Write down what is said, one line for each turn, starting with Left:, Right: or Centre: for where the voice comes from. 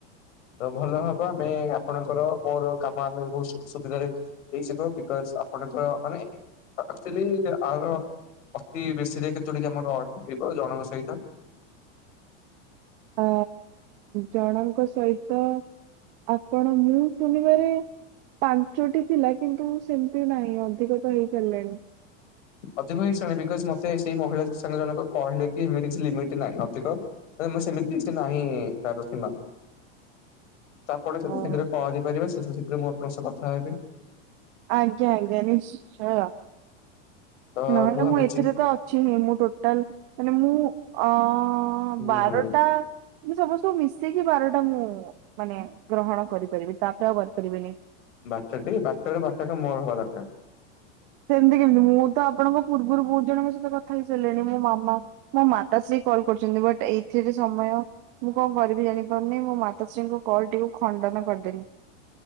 Left: ତ ଭଲ ହବ ଆମେ ଆପଣଙ୍କର ମୋର କାମ ଆମେ ବହୁତୁ ସୁ ସୁବିଧାରେ ହେଇଯିବ ବିକଜ ଆପଣଙ୍କର ମାନେ। ଆଚୁଆଲି ଆର ଅତି ବେଶୀ ଡିରେକେ ଚୁଡେକେ ମୋର। ଏଇପା ଜଣଙ୍କ ସହିତ।
Right: ଆ ଜଣଙ୍କ ସହିତ ଆପଣ ମୁଁ ଶୁଣିବାରେ ପାଞ୍ଚଟି ଥିଲା କିନ୍ତୁ ସେମିତି ନାହିଁ ଅଧିକ ତ ହେଇ ସାରିଲାଣି।
Left: ଅଧିକ ହେଇସାଇଲାଣି ବିକଜ ମତେ ସେଇ ମହିଳା ସାଙ୍ଗ ଜଣକ କହିଲେ ଏମିତି କିଛି ଲିମିଟ ନାହିଁ, ଅଧିକ ମୁଁ ସେମିତି କିଛି ନାହିଁ ତାର ସୀମା। ତାପରେ ଯେତେ
Right: ଓହୋ
Left: ଶୀଘ୍ର କହିପାରିବେ ସେତେ ଶୀଘ୍ର ମୁଁ ଆପଣଙ୍କ ସହ କଥା ହେବି।
Right: ଆଜ୍ଞା ଆଜ୍ଞା ନିଶ୍ଚୟ
Left: ତ
Right: ନହେଲେ
Left: ଭାବୁଛି
Right: ମୁଁ ଏଥିରେ ତ ଅଛି ମୁଁ ଟୋଟାଲ ମାନେ ମୁଁ ଅ
Left: ଉଁ
Right: ବାରଟା କି ସମସ୍ତଙ୍କୁ ମିଶେଇକି ବାରଟା ମୁଁ ମାନେ ଗ୍ରହଣ କରିପାରିବି ତା ପରେ ଆଉ କରିପାରିବିନି।
Left: ବାଟାଟି ବାଟା ରୁ ବାଟା ମୋର ହବା ଦରକାର।
Right: ସେମିତି କେମିତି ମୁଁ ତ ଆପଣଙ୍କ ପୂର୍ବରୁ ବହୁତ ଜଣଙ୍କ ସହିତ କଥା ହେଇସାରିଲିଣି ମୋ ମାମା ମୋ ମାତାଶ୍ରୀ କଲ୍ କରୁଛନ୍ତି, ବଟ୍ ଏଇଥିରେ ସମୟ ମୁଁ କଣ କରିବି ଜାଣିପାରୁନି ମୋ ମାତାଶ୍ରୀଙ୍କ କଲ ଟିକକୁ ଖଣ୍ଡନ କରିଦେଲି।